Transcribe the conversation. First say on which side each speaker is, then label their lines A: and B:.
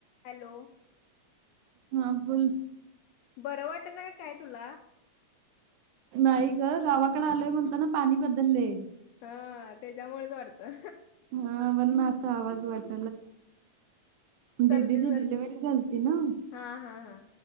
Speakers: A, on the left; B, on the right.
A: Hello
B: हा बोल
A: बरं वाट ना काय तुला
B: नाही ग गावाकडे आलय म्हणता ना पाणी बदललेय
A: हा त्याच्यामुळेच वाटतं
B: हा म्हणून असा <unintelligible> दिदीची
A: सर्दी झाली
B: डिलव्हरी झालती ना
A: हा हा हा